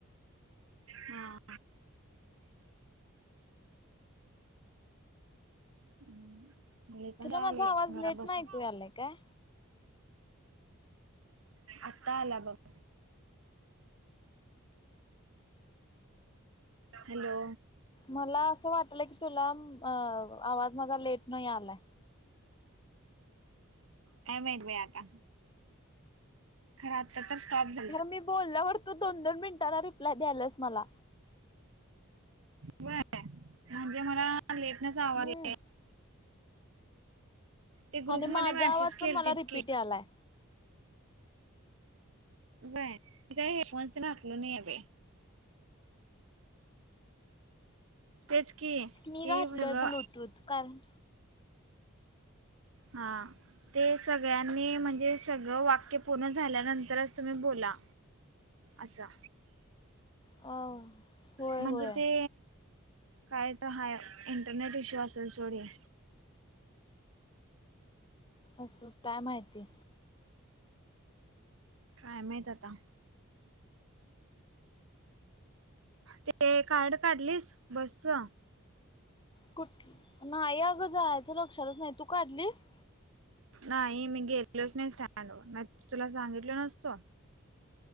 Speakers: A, on the right; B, on the left.
A: हा. हम्म. ले कंटाळ
B: तुला माझा
A: आले
B: आवाज
A: घरा
B: लेट
A: बसून.
B: नाही ऐकू आलाय काय
A: आता आला बग. हॅलो.
B: मला असं वाटलं की तुला अ आवाज माझा लेट न यायलाय.
A: काय माहित बाई आता. खर आत्ता तर स्टॉप झा
B: खर मी बोलल्यावर तू दोन दोन मिनिटांला रिप्लाय द्यायल्यास मला.
A: व्हय म्हणजे मला लेटनच आवाज
B: हम्म
A: <inaudible> ते ग्रुपमध्ये
B: आणि माझा
A: मेसेज
B: आवाज पण
A: केलतीत
B: मला रिपीट
A: की
B: यालाय
A: व्हय मी काय हेडफोन्स ना आपलो नाही आहे बाई. तेच की
B: मी
A: कि
B: घातलोय
A: सगळं
B: ब्लूटूथ कारण
A: हा. ते सगळ्यांनी म्हणजे सगळं वाक्य पूर्ण झाल्यानंतरच तुम्ही बोला. असा.
B: अ होय
A: म्हणजे
B: होय
A: ते काय तर हाय इंटरनेट इश्यू असेल सोड हे.
B: असं काय माहिती.
A: काय माहित आता. ते कार्ड काढलीस बसच?
B: कुठ नाही अगं जायचं लक्षातच नाही तू काढलीस?
A: नाही मी गेलेलोच नाही स्टँड व नाही त तुला सांगितल नसतो.